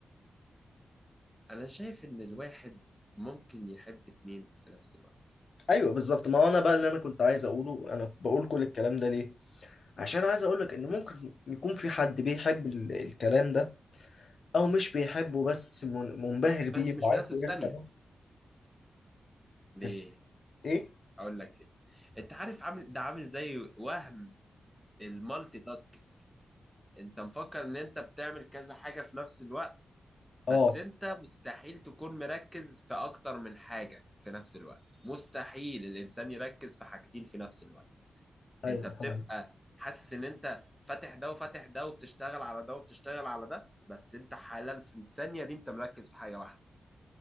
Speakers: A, in the centre; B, on the left.
A: انا شايف ان الواحد ممكن يحب اتنين في نفس الوقت
B: ايوه بالظبط ما هو انا بقى اللي انا كنت عايز اقوله انا بقول كل الكلام ده ليه عشان عايز اقولك ان ممكن يكون في حد بيحب ال- الكلام ده او مش بيحبه بس من- منبهر بيه
A: بس مش
B: وعايز
A: في نفس الثانية
B: يستمع
A: ليه
B: بس ايه
A: اقول لك ليه انت عارف عامل ده عامل زي وهم المالتي تاسك انت مفكر ان انت بتعمل كذا حاجة في نفس الوقت بس
B: اه
A: انت مستحيل تكون مركز في اكتر من حاجة في نفس الوقت مستحيل الانسان يركز في حاجتين في نفس الوقت
B: ايوه
A: انت بتبقى
B: فاهم
A: حاسس ان انت فاتح ده وفاتح ده وبتشتغل على ده وبتشتغل على ده بس انت حالا في الثانية دي انت مركز في حاجة واحدة